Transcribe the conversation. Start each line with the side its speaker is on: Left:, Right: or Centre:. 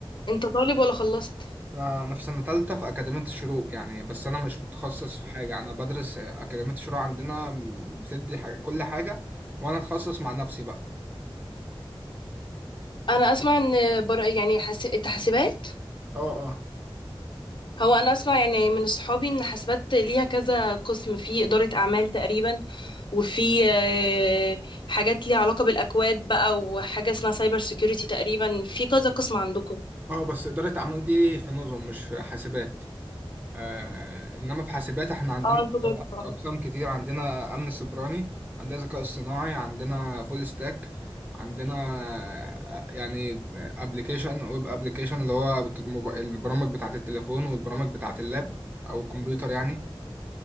Left: انت طالب ولا خلصت
Right: انا أنا في سنة تالتة في أكاديمية الشروق يعني بس انا مش متخصص في حاجة انا بدرس أكاديمية الشروق عندنا بتدي حاجة كل حاجة وانا اتخصص مع نفسي بقى
Left: انا اسمع ان بر... يعني حاسب انت حاسبات
Right: اه اه
Left: هو انا اسمع يعني من صحابي ان حاسبات ليها كذا قسم في اداره اعمال تقريبا وفي آه، حاجات ليها علاقه بالاكواد بقى وحاجه اسمها سايبر سيكيورتي تقريبا في كذا قسم عندكم
Right: اه بس إدارة أعمال دي في نظم مش في حاسبات آه إنما في حاسبات إحنا عندنا
Left: اه انتوا غير بعض.
Right: أقسام كتير عندنا أمن سيبراني عندنا ذكاء اصطناعي عندنا فول ستاك عندنا آه، يعني أبلكيشن ويب أبلكيشن اللي هو بت- الموب- البرامج بتاعة التليفون والبرامج بتاعة اللاب أو الكمبيوتر يعني